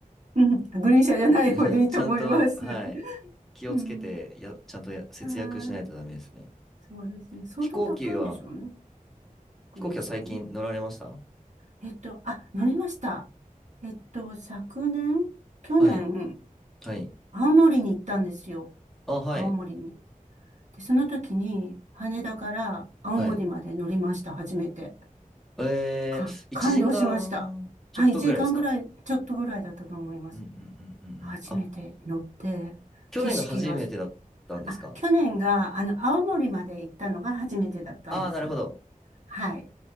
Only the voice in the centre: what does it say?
<laughs> うんちゃんと、はい、気をつけて、
や、ちゃんとや節約しないとダメですね。
飛行機は、
飛行機は最近乗られました
はい。はい。
あ、はい。
はい。
えー、
1時間ちょっとぐらいですか
うんうんうんうんうん。
あ、去年が初めてだったんですか
ああー、なるほど。